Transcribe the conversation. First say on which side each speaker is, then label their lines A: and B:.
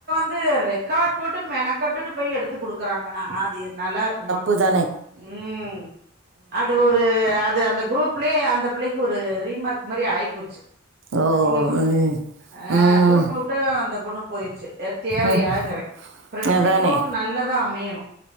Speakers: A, on the right; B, on the right.
A: இது ரெக்கார்ட் போட்டு மெனக்கட்டுட்டு போய் எடுத்து குடுக்குறாங்கன்னா அது நல்லா இருக்குமா
B: ப்பு தானோ
A: ம் அது ஒரு அது அந்த குரூப் லயே அந்த பிள்ளைக்கு ஒரு ரீமார்க் மாரி ஆயி போச்சு
B: ஓ
A: அசிங்கம்மா
B: ம்
A: ஆ
B: ம்
A: குரூப் மா வுட்டு அந்த பொண்ணு போயிருச்சு இத் தேவையாங்கறே
B: ம்
A: ஃப்ரெண்ட்ஷிப்பு
B: அதானே
A: நல்லதா அமையணூ